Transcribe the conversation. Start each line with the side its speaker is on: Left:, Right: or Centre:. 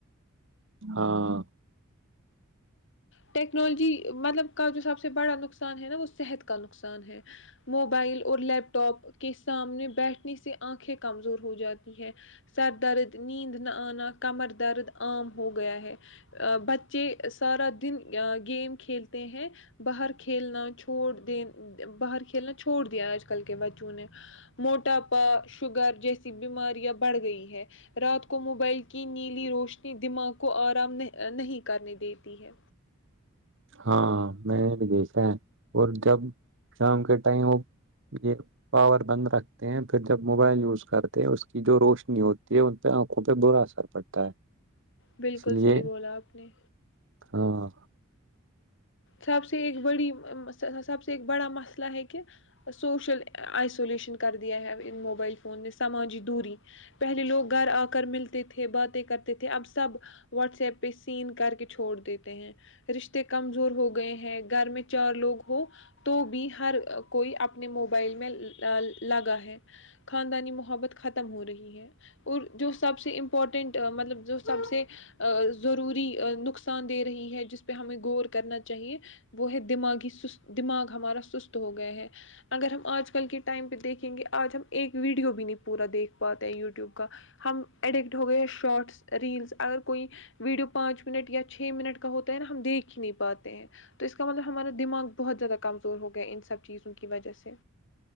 Right: ہاں
Left: ٹیکنالوجی مطلب کا جو سب سے بڑا نقصان ہے نا وہ صحت کا نقصان ہے موبائل اور لیپ ٹاپ کے سامنے بیٹھنے سے آنکھیں کمزور ہو جاتی ہیں سر درد نیند نہ آنا کمر درد عام ہو گیا ہے بچے سارا دن گیم کھیلتے ہیں باہر کھیلنا چھوڑ دیں باہر کھیلنا چھوڑ دیا آج کل کے بچوں نے موٹاپا شوگر جیسی بیماریاں بڑھ گئی ہے رات کو موبائل کی نیلی روشنی دماغ کو آرام نہیں کرنے دیتی ہے
Right: ہاں میں نے بھی دیکھا ہے اور جب شام کے ٹائم وہ یہ پاور بند رکھتے ہیں پھر جب موبائل یوز کرتے ہیں اس کی جو روشنی ہوتی ہے ان پہ آنکھوں پہ برا اثر پڑتا ہے
Left: بالکل
Right: اس لیے
Left: صحیح بولا آپ نے
Right: ہاں
Left: سب سے ایک بڑی سب سے ایک بڑا مسئلہ ہے کہ سوشل آئسولیشن کر دیا ہے ان موبائل فون نے سماجی دوری پہلے لوگ گھر آ کر ملتے تھے باتیں کرتے تھے اب سب واٹس ایپ پہ سین کر کے چھوڑ دیتے ہیں رشتے کم ہو گئے ہیں گھر میں چار لوگ ہو تو بھی ہر کوئی اپنے موبائل میں لگا ہے خاندانی محبت ختم ہو رہی ہے اور جو سب سے امپورٹینٹ مطلب جو سب سے ضروری نقصان دے رہی ہے جس پہ ہم گور کرنا چاہیے وہ ہے دماغی دماغ ہمارا سست ہو گیا ہے اگر ہم آج کل کے ٹائم پہ دیکھیں گے آج ہم ایک ویڈیو بھی نہیں پورا دیکھ پاتے ہیں یوٹیوب کا ہم ایڈکٹ ہو گئے ہیں شارٹس ریلس اگر کوئی ویڈیو پانچ منٹ یا چھ منٹ کا ہوتا ہے نا ہم دیکھ ہی نہیں ب ہیں تو اس کا مطلب ہمارا دماغ بہت زیادہ کمزور ہو گیا ان سب چیزوں کی وجہ سے